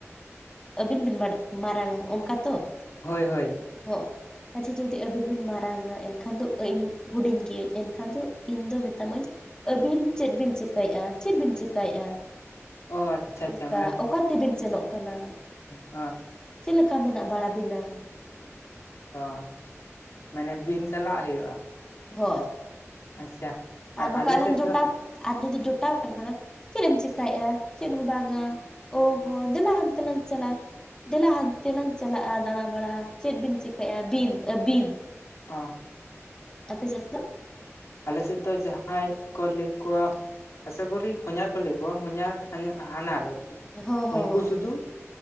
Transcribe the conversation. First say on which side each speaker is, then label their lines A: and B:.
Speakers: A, on the left (about 15°); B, on the left (about 65°).
A: ᱟᱹᱵᱤᱱ ᱵᱤᱱ ᱢᱟᱲ ᱢᱟᱨᱟᱝᱟ ᱚᱱᱠᱟ ᱛᱚ
B: ᱦᱳᱭ ᱦᱳᱭ
A: ᱦᱚᱸ ᱟᱪᱪᱷᱟ ᱡᱩᱫᱤ ᱟᱹᱵᱤᱱ ᱵᱤᱱ ᱢᱟᱨᱟᱝᱟ ᱮᱱᱠᱷᱟᱱ ᱫᱚ ᱤᱧ ᱦᱩᱰᱤᱧ ᱜᱤᱭᱟᱹᱧ ᱮᱱᱠᱷᱟᱱ ᱫᱚ ᱤᱧ ᱫᱚ ᱢᱮᱛᱟᱢ ᱟᱹᱧ ᱟᱹᱵᱤᱱ ᱪᱮᱫ ᱵᱤᱱ ᱪᱤᱠᱟᱹᱭᱮᱟ ᱪᱮᱫ ᱵᱤᱱ ᱪᱤᱠᱟᱹᱭᱮᱟ
B: ᱚ ᱟᱪᱪᱷᱟ
A: ᱚᱱᱠᱟ
B: ᱟᱪᱪᱷᱟ ᱢᱟᱱᱮ
A: ᱚᱠᱟ ᱛᱮᱵᱤᱱ ᱥᱮᱱᱚᱜ ᱠᱟᱱᱟ
B: ᱚ
A: ᱪᱮᱫ ᱞᱮᱠᱟ ᱢᱮᱱᱟᱜ ᱵᱟᱲᱟ ᱵᱤᱱᱟ
B: ᱚᱹ ᱢᱟᱱᱮ ᱵᱤᱱ ᱥᱟᱞᱟᱜ ᱦᱩᱭᱩᱜᱼᱟ
A: ᱦᱳᱭ
B: ᱟᱪᱪᱷᱟ
A: ᱟᱨ ᱱᱚᱝᱠᱟ
B: ᱟᱞᱮ
A: ᱟᱞᱟᱝ
B: ᱥᱮᱫ
A: ᱡᱚᱴᱟᱣ
B: ᱫᱚ
A: ᱟᱨ ᱡᱩᱫᱤ ᱡᱚᱴᱟᱣ ᱠᱟᱱ ᱠᱷᱟᱱ ᱪᱮᱫ ᱮᱢ ᱪᱤᱠᱟᱹᱭᱮᱜᱼᱟ ᱪᱮᱫ ᱦᱚᱸ ᱵᱟᱝᱜ-ᱟ ᱳ ᱦᱳ ᱫᱮᱞᱟ ᱦᱟᱱᱛᱮᱞᱟᱝ ᱪᱟᱞᱟᱜᱼᱟ ᱫᱮᱞᱟ ᱦᱟᱱᱛᱮ ᱞᱟᱝ ᱪᱟᱞᱟᱜᱼᱟ ᱫᱟᱬᱟ ᱵᱟᱲᱟ ᱪᱮᱫ ᱵᱤᱱ ᱪᱤᱠᱟᱹᱭᱼᱟ ᱵᱤᱱ ᱟᱹᱵᱤᱱ
B: ᱚ <unintelligible>
A: ᱟᱯᱮ ᱥᱮᱫ ᱫᱚ
B: ᱟᱞᱮᱥᱮᱫ ᱫᱚ ᱡᱟᱦᱟᱸᱭ ᱠᱚ ᱞᱟᱹᱭ ᱠᱚᱣᱟ ᱟᱥᱟ ᱠᱚᱨᱤ ᱦᱚᱧᱦᱟᱨ ᱠᱚ ᱞᱟᱹᱭ ᱠᱚᱣᱟ ᱦᱚᱧᱟᱨ ᱦᱟᱱᱟᱨ ᱟᱨᱠᱤ
A: ᱦᱚᱸ ᱦᱚᱸ
B: ᱩᱱᱠᱩ
A: ᱦᱚᱸ
B: ᱥᱩᱫᱩ
A: ᱦᱚᱸ